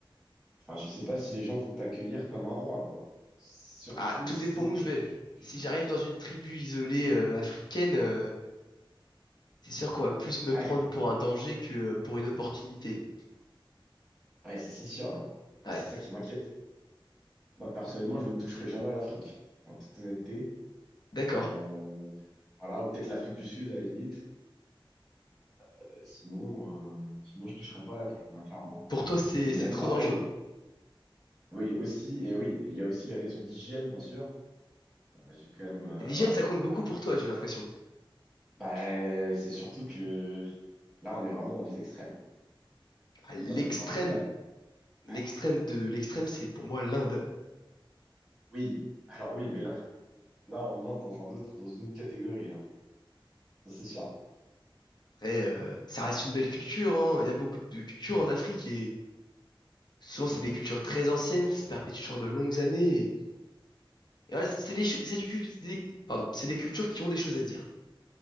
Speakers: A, in the centre; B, on the left (about 50°).
A: Enfin, je sais pas si les gens vont t'accueillir comme un roi, quoi. Surtout
B: Ah, tout
A: si
B: dépend où
A: tu...
B: je vais.
A: tu-
B: Si j'arrive dans une tribu isolée
A: Ouais,
B: euh, africaine, euh, c'est sûr qu'on va plus me
A: ouais,
B: prendre pour un danger que euh, pour une opportunité.
A: ouais, ça c'est sûr. ouais. Moi,
B: Ouais,
A: c'est ça qui m'inquiète. Moi, personnellement, je ne toucherai jamais à l'Afrique, en toute honnêteté.
B: d'accord.
A: Euh, voilà, ou peut-être l'Afrique du Sud, à la limite. Euh, sinon, euh, sinon, je toucherai pas à l'Afrique, hein, clairement.
B: Pour toi, c'est
A: Et même
B: c'est trop
A: pareil,
B: dangereux.
A: oui, aussi, et oui, il y a aussi les raisons d'hygiène, bien sûr. Euh, j'ai quand même, euh,
B: L'hygiène,
A: voilà.
B: ça compte beaucoup pour toi, j'ai l'impression.
A: Bah, c'est surtout que là, on est vraiment dans les extrêmes, quoi.
B: À l'extrême,
A: Moi, ça me fait un peu peur.
B: l'extrême
A: Ouais.
B: de l'extrême, c'est pour moi l'Inde.
A: Oui, alors oui, mais là, là, on entre dans un autre, dans une autre catégorie, là. Ça, c'est sûr.
B: Après, euh, ça reste une belle culture, hein. Il y a beaucoup de cultures en Afrique et souvent c'est des cultures très anciennes qui se perpétuent sur de longues années. Et, et voilà, c'est c'est des, cho- c'est du cul- c'est des- pardon, c'est des cultures qui ont des choses à dire.